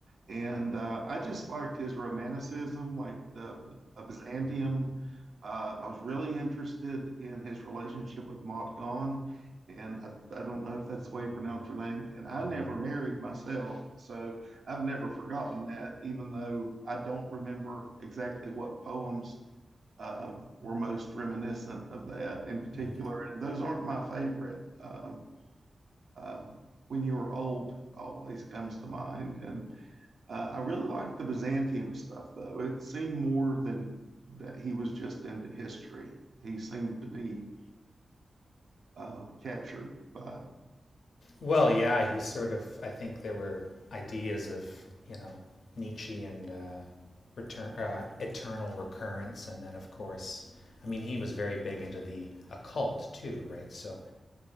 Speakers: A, on the right; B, on the left.
A: and uh, I just liked his romanticism, like the, the Byzantium. Uh, I was really interested in his relationship with Maud Gonne, and I, I don't know if that's the way you pronounce her name. And I never married myself, so I've never forgotten that, even though I don't remember exactly what poems uh, were most reminiscent of that in particular.
B: Mm.
A: And those aren't my favorite. Uh, uh, when you are old always comes to mind, and uh, I really liked the Byzantium stuff, though. It seemed more than that he was just into history. He seemed to be uh, captured by.
B: Well, yeah, he sort of. I think there were ideas of you know Nietzsche and uh, return uh, eternal recurrence, and then of course, I mean, he was very big into the occult too, right? So